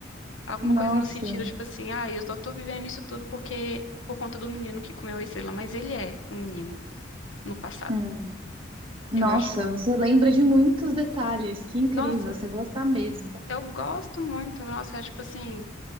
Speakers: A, on the left (about 80°); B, on the right (about 30°).
A: Alguma
B: Nossa.
A: coisa no sentido, tipo assim, ai, eu só tô vivendo isso tudo porque por conta do menino que comeu a estrela. Mas ele é o menino no passado.
B: Hum. Nossa,
A: Eu acho.
B: você lembra de muitos detalhes, que incrível,
A: Nossa,
B: você gosta mesmo.
A: eu gosto muito. Nossa, é tipo assim.